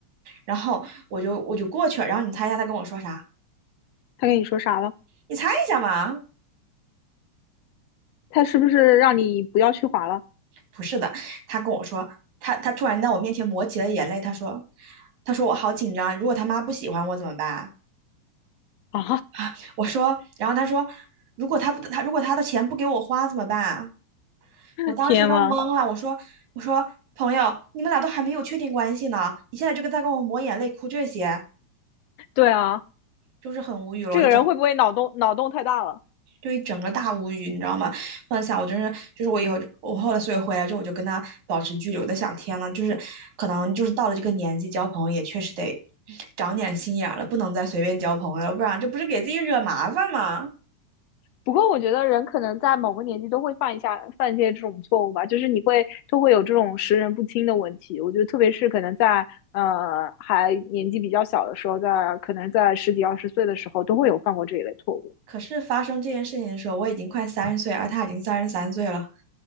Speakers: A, on the right (about 75°); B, on the left (about 75°).
A: 然后我就我就过去了。然后你猜一下她跟我说啥？
B: 他跟你说啥了？
A: 你猜一下嘛？
B: 他是不是让你不要去滑了？
A: 不是的，他跟我说，他他突然在我面前抹起了眼泪，他说，他说我好紧张，如果他妈不喜欢我怎么办？<laughs>
B: 啊，
A: 啊，我说，然后他说，如果他不他如果他的钱不给我花怎么办？
B: <laughs>
A: 我当时都懵了，
B: 天呐，
A: 我说我说朋友，你们俩都还没有确定关系呢，你现在这个在跟我抹眼泪哭这些，
B: 对啊，
A: 就是很无语了，
B: 这个人会不会脑洞脑洞太大了？
A: 我一整就一整个大无语，你知道吗？幻想我真是，就是我以后就我后来所以回来之后我就跟他保持距离，我在想天呐，就是可能就是到了这个年纪，交朋友也确实得长点心眼儿了，不能再随便交朋友了，不然这不是给自己惹麻烦吗？
B: 不过我觉得人可能在某个年纪都会犯一下犯一些这种错误吧，就是你会都会有这种识人不清的问题。我觉得特别是可能在呃还年纪比较小的时候，在可能在十几二十岁的时候，都会有犯过这一类错误。
A: 可是发生这件事情的时候，我已经快三十岁，而他已经三十三岁了。